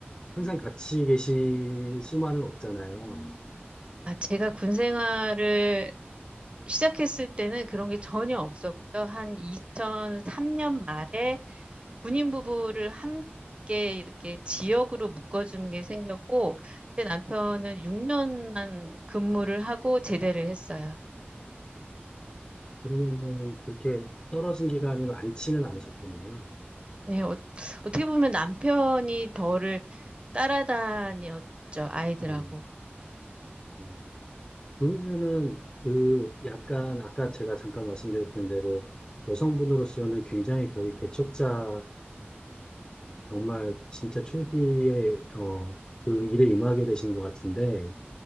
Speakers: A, on the left; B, on the right.
A: 항상 같이 계실 수만은 없잖아요.
B: 아, 제가 군 생활을 시작했을 때는 그런 게 전혀 없었고요. 한 2003년 말에 군인 부부를 함께 이렇게 지역으로 묶어주는 게 생겼고, 제 남편은 6년만 근무를 하고 제대를 했어요.
A: 그러면 그렇게 떨어진 기간이 많지는 않으셨겠네요.
B: 네, 어, 떻게 보면 남편이 저를 따라다녔죠, 아이들하고.
A: 음, 어. 그러면은 그 약간 아까 제가 잠깐 말씀드렸던 대로 여성분으로서는 굉장히 거의 개척자처럼 정말 진짜 초기에 어, 그 일에 임하게 되신 것 같은데